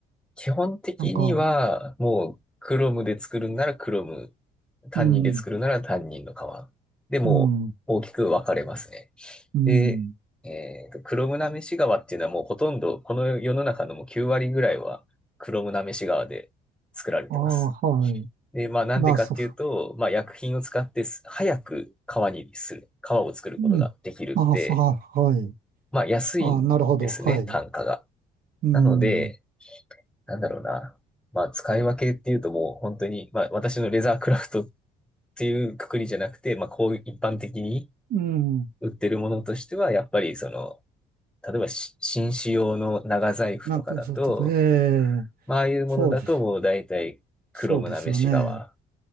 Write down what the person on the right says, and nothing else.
なんか、
うん。
うん、
うん。
ああ、はい。
まあ、そ
う、うん。ああ、そう、はい。
ああ、なるほど、はい。
うん、
うん。
なんか、ちょっと、ええ、
そうです、そうですよね。